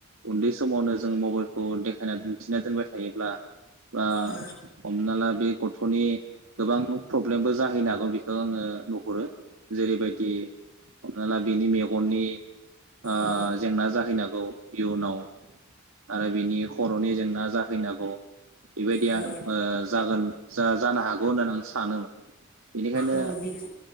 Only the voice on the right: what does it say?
उन्दै समावनो जोङो मबेलखौ देखायना दिन्थिना दोनबाय थायोब्ला बा
हमना ला बे। गथ'नि गोबां प्रब्लेमबो जाहैनो हागौ बेखौ आङो नुहुरो। जेरैबायदि हमाना बिनि मे गननि। ओ
जेंना जाहैनांगौ इयुनाव आरो बिनि खर'नि जेंना जाहैनांगौ बेबायदिया
जागोन जा-जानो हागौ होननानै आं सानोमोन, बेनिखायनो